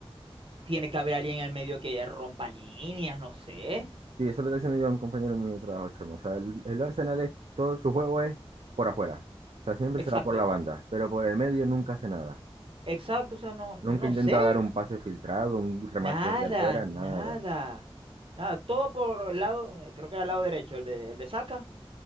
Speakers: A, on the right; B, on the right.
A: Tiene que haber alguien en el medio que rompa líneas, no sé.
B: Sí, eso lo está diciendo yo a un compañero mío de trabajo, chamo. O sea, el, el Arsenal es, todo su juego es por afuera. O sea, siempre
A: Exacto,
B: se va por la banda, pero por el medio nunca hace nada.
A: exacto, o sea, no, no
B: Nunca intenta
A: sé.
B: dar un pase filtrado, un remate
A: Nada,
B: desde afuera,
A: nada.
B: nada.
A: Nada, todo por el lado, eh, creo que era el lado derecho, el de, el de Saka,